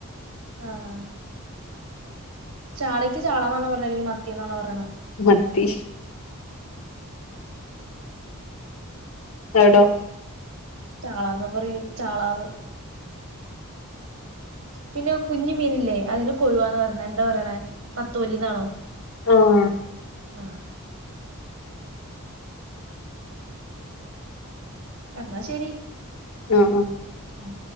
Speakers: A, on the right; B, on the left.
A: ആഹ ചാളക്ക് ചാളാന്നാണ് പറഞ്ഞത് അല്ലെങ്കിൽ മത്തിയന്നാാണ് പറയത്
B: മത്തി തടോ
A: ചാളന്നാ പറയും ചാളന്ന് പിന്നെ കുഞ്ഞഞ് മീനല്ലേ അതിന് കൊഴുവാന്ന് പറയണ എന്താ പറയണ നത്തോലിന്നാണോ
B: ആഹ
A: ആഹ് എന്നാ ശരി
B: ആ
A: ആഹ